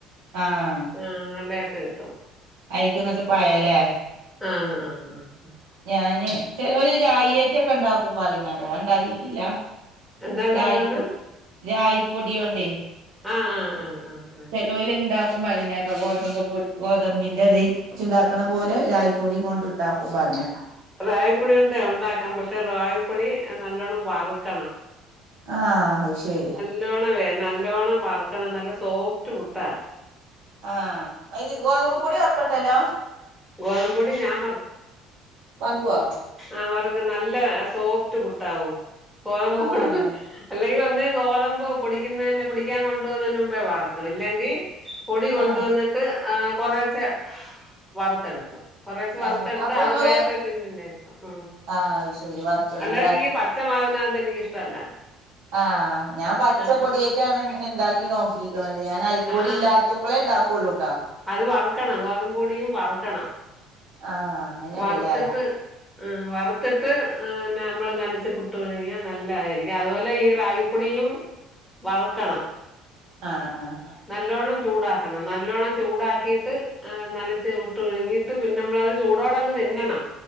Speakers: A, on the right (about 70°); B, in the centre.
A: ആ
B: ആഹ് നല്ലായിട്ട് കിട്ടും
A: ആയക്കുന്നത്ത് പഴലേ
B: ആഹ് ആഹ് ആഹ്
A: ഞാന് ചെലോര് ഒരു റാഗിറ്റൊക്കെ ഉണ്ടാക്കും പറയണക്ക ഞാൻ ഉണ്ടാക്കിട്ടില്ല
B: എന്താ ഉണ്ടാക്കുന്നെ
A: രായ്പ രായി പൊടിയോണ്ട്
B: ആഹ് ആഹ് ആഹ് ആഹ്
A: ജോലി ഉണ്ടാക്കും പറിനെക്കാ ഗോതമ്പ് പൊ ഗോതമ്പിന്റെ അത് വെച്ചിണ്ടാ ക്ക് ണ പോലെ രാഗിപ്പൊടി കൊണ്ട് ഉണ്ടാക്കും പറഞ്ഞേക്ക
B: റാഗിപ്പൊടി ഉണ്ടാക്കാം പക്ഷെ റാഗിപ്പൊടി നല്ലോണ്ണം വറുക്കണം
A: ആഹ് അഹ് ശരി
B: നല്ലോണം വേ നല്ലോണം വറക്കണം നല്ല സോഫ്റ്റ് പുട്ടാ
A: ആഹ് അയ്ൻ ഗോതമ്പ് പ്പൊടി വർക്കണ്ടല്ലോ
B: ഗോതമ്പൊടി ഞാൻ
A: വറക്കുവോ
B: ആഹ് വർക്കും നല്ല സോഫ്റ്റ് പുട്ടാവും ഗോതമ്പ്
A: ആഹ്
B: പൊടി അല്ലെങ്കിൽ ഒന്ന് ഗോതമ്പ് പൊടിക്കുന്ന തന്നെ പൊടിക്കാൻ കൊണ്ടു പോകുന്നതിന് മുമ്പേ വറക്കും അല്ലെങ്കിൽ പൊടി കൊണ്ടുവന്നിട്ട്
A: ആഹ്
B: കുറെച്ചെ വറുത്തെടുക്കും കുറേച്ചെ വറു
A: ആഹ് അപ്പൊ
B: അത്
A: ഇങ്ങള്
B: വേറൊരു ടിന്നില്ലേ അഹ്
A: ആഹ് അത് ശരി വറുത്തതല്ലേ
B: അല്ല പി പച്ച മാവിനകത്ത് എനിക്ക് ഇഷ്ടല്ല
A: ആഹ് ഞാൻ പച്ചപ്പൊടിയായിട്ടാണ്
B: ആ
A: ഇണ്ടാക്കി നോക്ക ക്കികണത് ഞാന് അരിപൊടി
B: ആ ആ
A: ഇല്ലാത്തുമ്പളേ ഉണ്ടാക്കോള്ളൂ ട്ടാ
B: അത് വറുക്കണം ഗോതമ്പപൊടിയും വറുക്കണം
A: ആഹ് അങ്ങനെണ്ട്ല്ലേ
B: വറുത്തിട്ട് ആഹ് വറുത്തിട്ട് നമ്മള് നനച്ചു പുട്ടൊഴുങ്ങിയ നല്ലതായിരിക്കും അതുപോലെ ഈ റാഗി പൊടിയും വറുക്കണം
A: ആഹ് ആഹ്
B: നല്ലോണ്ണം ചൂടാക്കണം. നല്ലോണ്ണം ചൂടാക്കീട്ട് ആഹ് നനച്ച് പുട്ട്പുഴുങ്ങിട്ട് പിന്നെ മ്മളത് ചൂടോടങ്ങ് തിന്നണം.